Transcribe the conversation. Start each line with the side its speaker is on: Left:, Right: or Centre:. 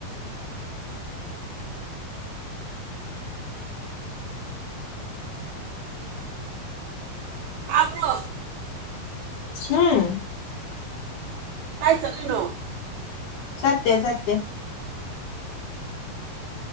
Right: ꯇꯥꯕ꯭ꯔꯣ
Left: ꯎꯝ
Right: ꯇꯥꯏ ꯆꯂꯤꯅꯣ
Left: ꯆꯠꯇ‌ꯦ ꯆꯠꯇ‌ꯦ